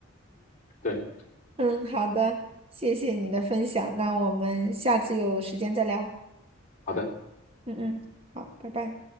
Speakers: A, on the left; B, on the right.
A: 对，
B: 嗯，好的，谢谢你的分享。那我们下次有时间再聊。
A: 好的。
B: 嗯嗯，好，拜拜。